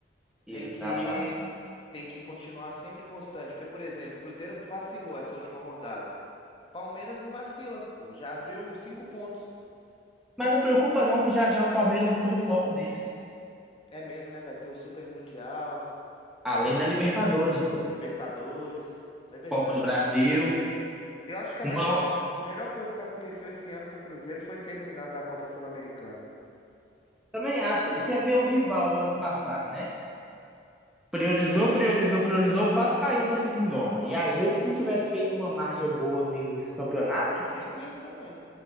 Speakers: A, in the centre; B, on the left.
A: Exatamente.
B: Tem que tem que continuar sempre constante, porque, por exemplo, o Cruzeiro vacilou essa última rodada. Palmeiras não vacila, pô, já abriu cinco pontos.
A: Mas não preocupa não, que já já o Palmeiras muda o foco deles.
B: É mesmo, né? Vai ter o Super Mundial,
A: Além da Libertadores,
B: Libertadores. É verdade.
A: Copa do Brasil.
B: Eu acho que a
A: Uma...
B: melhor, melhor coisa que aconteceu esse ano pro Cruzeiro foi ser eliminado da Copa Sul-Americana.
A: Também acho. Você vê o rival ano passado, né? Priorizou, priorizou, priorizou, quase caiu pra segundona. E a gente, se não tivesse feito uma margem boa no início do campeonato,
B: Tinha ido também.